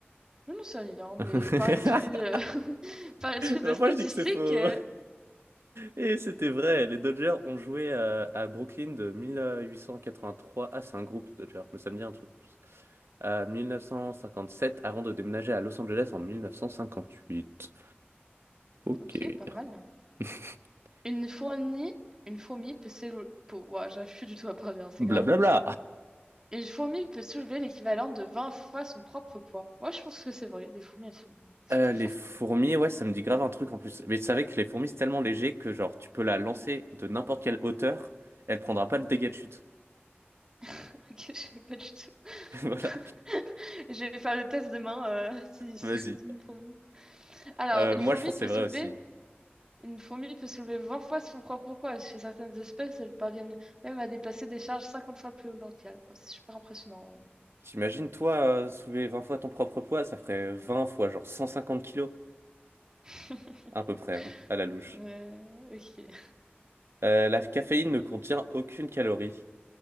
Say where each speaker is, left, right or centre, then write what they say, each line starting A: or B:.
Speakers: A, on the right; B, on the right.
A: Je ne sais rien, mais
B: <laughs>
A: par esprit, euh, <laughs> par esprit
B: Bah,
A: de statistique,
B: moi je dis que c'est faux.
A: euh,
B: Et c'était vrai, les Dodgers ont joué à, à Brooklyn de 1883. Ah, c'est un groupe, les Dodgers, mais ça me dit un truc en plus. À 1957 avant de déménager à Los Angeles en 1958. Ok.
A: ok, pas mal.
B: <laughs>
A: Une fourmi, une fourmi peut s'éloigner. Ouah, j'arrive plus du tout à parler, hein, c'est
B: Blablabla.
A: grave. Une fourmi peut soulever l'équivalent de 20 fois son propre poids. Moi, je pense que c'est vrai. Les fourmis, elles sont, elles
B: Euh,
A: sont très
B: les
A: fortes
B: fourmis,
A: quand même.
B: ouais, ça me dit grave un truc en plus. Mais tu savais que les fourmis, c'est tellement léger que genre tu peux la lancer de n'importe quelle hauteur, elle prendra pas le dégât de chute.
A: <laughs> Ok, je sais pas du tout.
B: <laughs> Voilà.
A: <laughs> Je vais faire le test demain euh, si, si
B: Vas-y.
A: je pose une fourmi. Alors,
B: Euh,
A: une
B: moi,
A: fourmi
B: je pense que
A: peut
B: c'est vrai
A: soulever,
B: aussi.
A: une fourmi peut soulever 20 fois son propre poids. Chez certaines espèces, elles parviennent même à déplacer des charges 50 fois plus lourdes qu'elles. Oh, c'est super impressionnant.
B: T'imagines, toi, euh, soulever 20 fois ton propre poids, ça ferait 20 fois genre 150 kilos,
A: <laughs>
B: à peu près, hein, à la louche.
A: ouais. Ouais, ok.
B: Euh, la caféine ne contient aucune calorie.